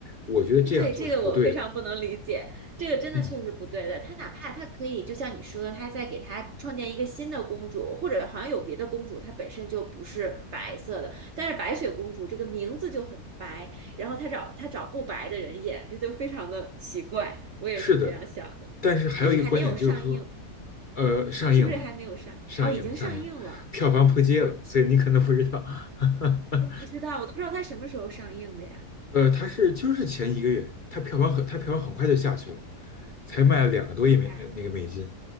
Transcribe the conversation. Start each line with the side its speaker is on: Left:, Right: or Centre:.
Left: 我觉得这样做是不对的。
Right: 对，这个我非常不能理解，这个真的确实不对的。
Left: 嗯，
Right: 他哪怕他可以，就像你说的，他再给他创建一个新的公主，或者好像有别的公主，她本身就不是白色的，但是白雪公主这个名字就很白，然后他找他找不白的人演，这就非常的奇怪。我也是这样想。
Left: 是的，
Right: 的。
Left: 但是还有一个观点就是说，
Right: 但是还没有上映，
Left: 呃，上映了，
Right: 是不是还没有上？
Left: 上映了，
Right: 哦，已经上映了，
Left: 上映了票房破街了，所以你可能不知道。<laughs>
Right: 我不知道，我都不知道它什么时候上映的呀。
Left: 呃，它是就是前一个月，它票房很它票房很快就下去了，才卖了两个多亿美呃那个美金。
Right: 哦，哎，